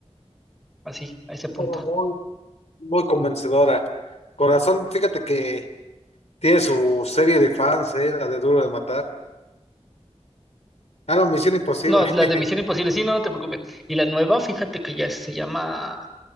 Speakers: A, in the centre; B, on the left.
A: Así, a ese punto.
B: Era Muy, muy convencedora. Corazón, fíjate que tiene su serie de fans, ¿eh? La de Duro de Matar. Ah, no, Misión Imposible.
A: No, las
B: <laughs>
A: de Misión Imposible, sí, no, no te preocupes. Y la nueva, fíjate que ya se llama